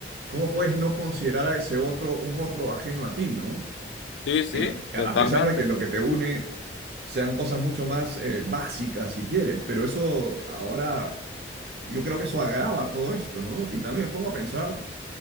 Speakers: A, on the right (about 60°); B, on the left (about 80°).
A: cómo puedes no considerar a ese otro un otro ajeno a ti, ¿no?
B: sí, sí,
A: Eh, a
B: totalmente.
A: pesar de que lo que te une sean cosas mucho más eh, básicas, si quieres, pero eso ahora, yo creo que eso agrava todo esto, ¿no? Y también me pongo a pensar,